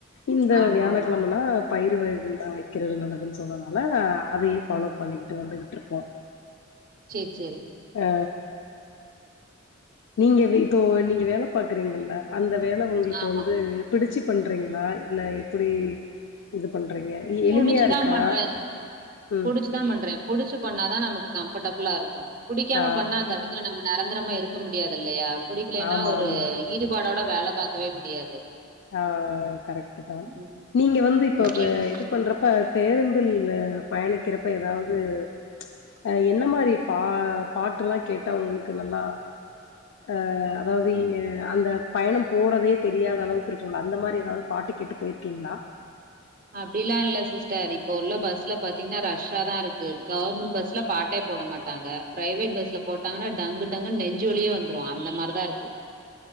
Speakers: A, on the left; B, on the right.
A: இந்த
B: ஆமா
A: வியாழக்கிழமனா
B: ஆமா
A: பயிறு வைகள் வைக்கிறது நல்லதுன்னு சொன்னதுனால அதையு ஃபாலோ பண்ணிக்கிட்டு வந்துகிட்டு இருக்கோ
B: சேரி சேரி
A: ஆ நீங்க இப்போ நீங்க வேல பாக்குறீங்கல்ல அந்த வேல உங்களுக்கு
B: ஆமா
A: வந்து பிடிச்சு பண்றீங்களா இல்ல எப்டி இது பண்றீங்க எ
B: புடிச்சுதான்
A: எளிமையா இருக்கா
B: பண்றே
A: ம்
B: புடிச்சுதா பண்றே புடிச்சு பண்ணாதா நமக்கு கம்ஃபர்டபிளா இருக்கும் புடிக்காம
A: ஆ
B: பண்ணா அந்த எடத்துல நம்ம நரந்தரமா இருக்க முடியாது இல்லயா புடிக்கலன்னா
A: ஆமா
B: ஒரு
A: ஆமா
B: ஈடுபாடோட வேல பாக்கவே முடியாது
A: ஆ கரெக்ட்டு தான்
B: ம்,
A: நீங்க வந்து இப்ப
B: முக்கியமா
A: இது பண்றப்ப பேருந்துல பயணிக்கிறப்ப ஏதாது அ என்ன மாரி பா பாட்டெல்லா கேட்டா உங்களுக்கு நல்லா அ வழிய அந்த பயணம் போறதே தெரியாத அளவு இருக்குங்கள அந்த மாரி ஏதாது பாட்டு கேட்டு போயிருக்கீங்ளா
B: அப்டிலா இல்ல சிஸ்டர் இப்ப உள்ள பஸ்ல பாத்தீங்கன்னா ரஷ்ஷா தா இருக்கு கவர்மெண்ட் பஸ்ல பாட்டே போட மாட் டாங்க பிரைவேட் பஸ்ல போட்டாங்கன்னா டங்கு டங்கு நெஞ்சு வலியே வந்துரும் அந்த மார்தாருக்கு